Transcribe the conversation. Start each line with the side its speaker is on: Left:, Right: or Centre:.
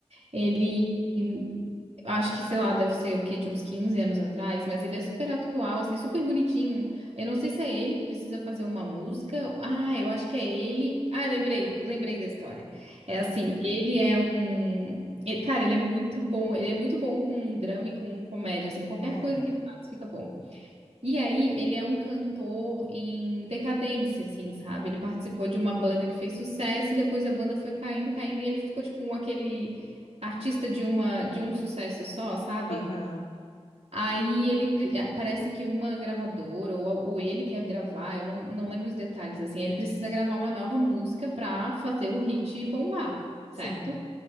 Right: Ele, em- acho que, sei lá, deve ser o quê, de uns 15 anos atrás, mas ele é super atual, assim, é super bonitinho. Eu não sei se é ele que precisa fazer uma música. Ah, eu acho que é ele. Ah, lembrei, lembrei da história. É
Left: Aham.
Right: assim, ele é um. ele- Cara, ele é muito bom. Ele é muito bom com drama e com comédia, assim, qualquer
Left: É.
Right: coisa que ele faz fica bom. E aí, ele é um cantor em decadência, assim, sabe? Ele participou de uma banda que fez sucesso e depois a banda foi caindo, caindo e ele ficou tipo um, aquele artista de uma de um sucesso só, sabe?
Left: Aham.
Right: Aí ele pre- eh, parece que uma gravadora ou, a- ou ele quer gravar, eu não, não lembro os detalhes assim. Ele precisa gravar uma nova música pra fazer o hit bombar, certo?
Left: Sim.